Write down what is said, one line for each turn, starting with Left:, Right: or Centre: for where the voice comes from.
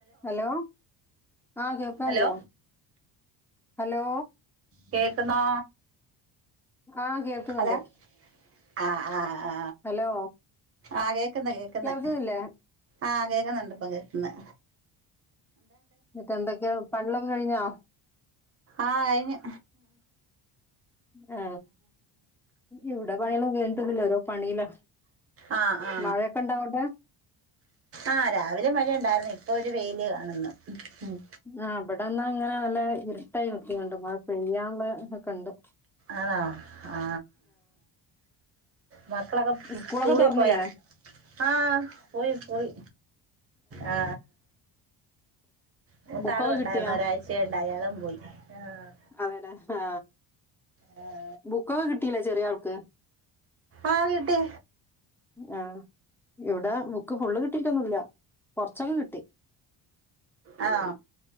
Centre: Hello ആ കേക്കാനില്ലാ
Right: hello
Centre: hello
Right: കേക്കുന്നോ?
Centre: ആ കേക്കുന്നുണ്ട്
Right: ഹലോ ആ ആ ആ
Centre: ഹലോ
Right: ആ കേ ക്കുന്ന് കേക്കുന്നു
Centre: കേൾക്കുന്നില്ലേ
Right: ആ കേക്കുന്നുണ്ടി പ്പ കേക്കുന്ന്.
Centre: മറ്റേ എന്തൊക്കെയാ പണികളൊക്കെ കഴിഞ്ഞോ?
Right: ആ കഴിഞ്ഞ്.
Centre: ആ ഇവിടെ പണിയളൊന്നും കഴിഞ്ഞിട്ടൊന്നില്ല ഓരോ പണിയിലാ.
Right: ആ ആ ആ
Centre: മഴയൊക്കെ ഉണ്ടോ അങ്ങോട്ട്
Right: ആ രാവിലെ മഴയു ണ്ടായിരുന്നു ഇപ്പോ ഒരു വെയില് കാണുന്നു. ഉം
Centre: ആ ഇവിടെന്ന് ങ്ങനെ നല്ല ഇരുട്ടായി നിക്കുന്നുണ്ട് മഴ പെയ്യാനുള്ള ഇതൊക്കെ ണ്ട്
Right: ആണോ ആ മക്കളൊക്കെ
Centre: സ്കൂളൊക്കെ
Right: സ്കൂളി
Centre: തുറന്നില്ലേ
Right: പോയ ആ പോയി പോയി ആ മൂത്തെ
Centre: ബുക്കൊക്കെ
Right: ആളും ഉണ്ടായിരുന്നു
Centre: കിട്ടിയാ
Right: ഒരാഴ്ചയായിട്ട് ട്ട് അയാളും പോയി ആ
Centre: അതെല്ലേ ആ
Right: ആ
Centre: ബുക്കൊക്കെ കിട്ടിയില്ലേ ചെറിയ ആൾക്ക്
Right: ങാ കിട്ടി
Centre: ആ ഇവിടെ ബുക്ക് ഫുള്ള് കിട്ടി ന്നുവില്ല കൊറച്ചക്കെ കിട്ടി
Right: ങാ